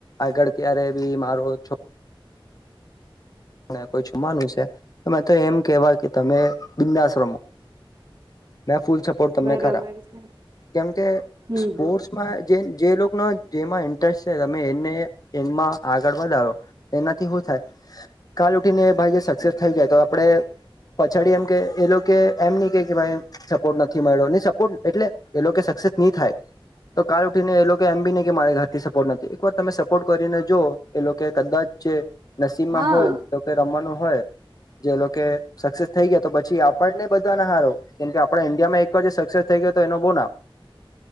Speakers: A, on the left; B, on the right.
A: આગળ ક્યારે બી મારો છો મેકોઈ જુવાનું છે તો મેં તો એમ કેવા કે તમે બિંદાશ્રમો ફૂલ સપોર્ટ તમને
B: બરાબર
A: કરા
B: છે
A: કેમ કે
B: હમ
A: સ્પોર્ટસમાં
B: હમ
A: જે જે લોકોનો જેમાં ઇન્ટરેસ્ટ છે તમે એને એમાં આગળ વધારો એનાથી હું કાલ ઉઠીને ભાઈ સક્સેસ થઈ જાય તો આપણે પછાડી એમ કે એ લોકો એમ નહી કે ભાઈ સપોર્ટ નથી મળ્યો નહી સપોર્ટ એટલે એ લોકો સત ની થાય તો કાર ઉઠીને એ લોકો એમ બી નહી કે મારા ઘરથી સપોર્ટ નથી એક વાર તમે સપોર્ટ કરીને જો એ લોકો કદાચ જે નસીબમાં
B: હા
A: હોય એ લોકે મવાનું હોય જે લોકો સક્સેસ થઈ ગયા તો છી આપણને બધાને હારો કેમ કે આપણા ઇન્ડિયા માં એક વાર સક્સેસ થઈ ગયો તો એનો બહુ નામ <unintelligible>